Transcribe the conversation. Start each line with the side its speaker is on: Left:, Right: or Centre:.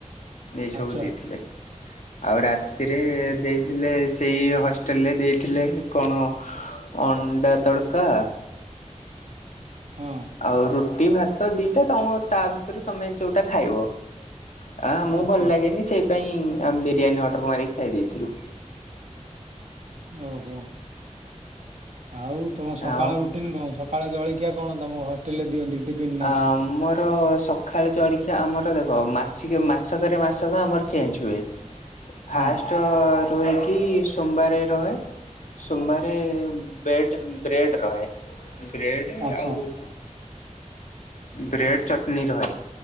Left: ଏସବୁ
Right: ଆଚ୍ଛା
Left: ଦେଇଥିଲେ। ଆଉ ରାତିରେ ଦେଇଥିଲେ ସେଇ ହଷ୍ଟେଲରେ ଦେଇଥିଲେ କଣ, ଅଣ୍ଡା ତଡକା
Right: ହଁ।
Left: ଆଉ ରୁଟି, ଭାତ ଦିଟା ତା ତା ଭିତରୁ ତମେ ଯୋଉଟା ଖାଇବ। ଆ ଆମକୁ
Right: ଆଚ୍ଛା
Left: ଭଲ ଲାଗେନି ସେଇ ପାଇଁ ଆମେ ବିରିୟାନୀ ଅର୍ଡର ମାରିକି ଖାଇ ଦେଇଥିଲୁ।
Right: ଓହୋ ଆଉ ତମ ସକାଳ
Left: ଆଉ
Right: ରୁ ଟିନ୍ କଣ ସକାଳେ ଜଳଖିଆ କଣ ତମ ହସ ଟେଲେ ଦିଅନ୍ତି ଟିଫନ୍
Left: ଆମର ସ ଖାଲେ ଜଳଖିଆ ଆମର ଦେଖ ମାସି ମାସକରେ ମାସକ ଆମର ଚେଞ୍ଜ ହୁଏ। ଫାଷ୍ଟ
Right: ହଁ
Left: ରୁହିକି ସୋମବାରେ ରହେ ସୋମବାରେ ବେଡ଼ ବ୍ରେଡ଼୍ ରହେ। ବ୍ରେଡ଼
Right: ଆଚ୍ଛା
Left: ଆଉ ବ୍ରେଡ଼ ଚଟଣି ରହେ।